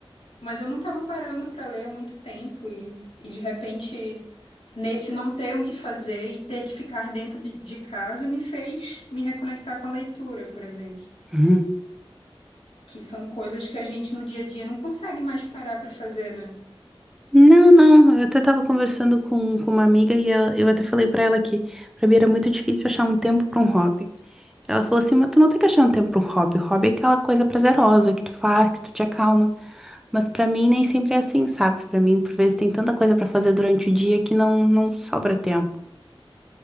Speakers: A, on the left; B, in the centre.
A: Mas eu não estava parando para ler há muito tempo e, e de repente, nesse não ter o que fazer e ter que ficar dentro de, de casa, me fez me reconectar com a leitura, por exemplo,
B: Uhum.
A: que são coisas que a gente no dia a dia não consegue mais parar para fazer, né?
B: Não, não, eu até tava conversando com, com uma amiga e ela- eu até falei pra ela que pra mim era muito difícil achar um tempo pra um hobby. Ela falou assim, mas tu não tem que achar um tempo pra um hobby. O hobby é aquela coisa prazerosa que tu faz, que tu te acalma. Mas pra mim nem sempre é assim, sabe? Pra mim, por vezes tem tanta coisa pra fazer durante o dia que não, não sobra tempo.